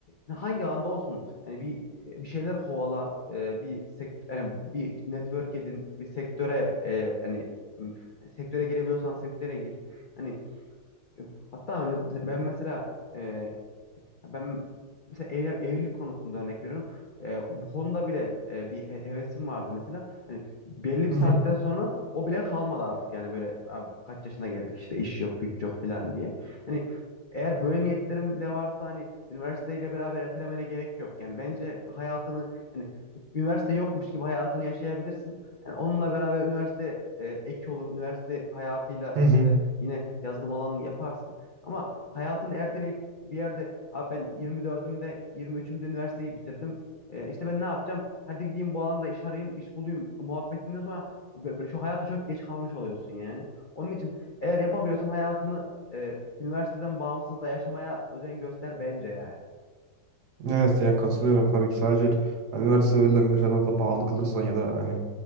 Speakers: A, on the left; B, on the right.
A: e, hangi alanda olsun yani bir bir şeyler kovala, e, bir sekt yani bir network edin, bir sektöre e, yani m, sektöre girebiliyorsan sektöre gir. Yani e, hatta mes- ben mesela e, ben mesela evlen- evlilik konusunda örnek veriyorum. Ee, bu konuda bile e, bir he- hevesim vardı mesela. Hani belli bir
B: Hı
A: saatten
B: hı.
A: sonra o bile kalmadı artık yani böyle abi kaç yaşına geldik işte iş yok güç yok falan diye. Hani eğer böyle niyetlerim bile varsa hani üniversiteyle beraber ertelemene gerek yok. Yani bence hayatını yani üniversite yokmuş gibi hayatını yaşayabilirsin. Yani onunla beraber üniversite e, ek olur. Üniversite hayatıyla
B: Hı
A: işte
B: hı.
A: yine yazılım alanını yaparsın. Ama hayatını erteleyip bir yerde Abi ben 24'ümde 23'ümde üniversiteyi bitirdim. Ee, işte ben ne yapacağım? Hadi gideyim bu alanda iş arayayım, iş bulayım muhabbetinden sonra b- b- şu hayata çok geç kalmış oluyorsun yani. Onun için eğer yapabiliyorsan hayatını e, üniversiteden bağımsız da yaşamaya özen göster bence yani.
B: Evet ya katılıyorum tabii ki sadece hani üniversite öğrenilen müfredata bağlı kalırsan ya da hani